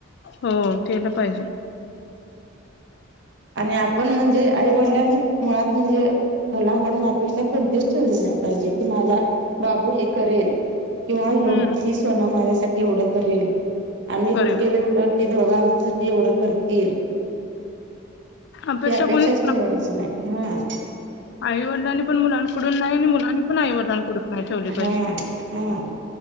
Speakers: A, on the left; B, on the right.
A: हम्म केलं पाहिजे.
B: आणि आपण म्हणजे आई वडिलांनी मुळात म्हणजे मुलांकडून अपेक्षा कोणतीच ठेवली नाही पाहिजे. कि माझा बाबू हे करेल किंवा यो
A: हम्म
B: हि सोना माझ्यासाठी एवढ करेल आम्ही
A: करेल
B: इ केले <unintelligible> ती दोघं आमच्यासाठी एवढं करतील.
A: अपेक्षा
B: ही अपेक्षाच
A: कोणीच
B: ठेवायची नाही हा
A: आई वडलांनी पण मुलांकडून नाही आणि मुलांनी पण आई वडिलांकडून नाही ठेवली प
B: हम् हम्.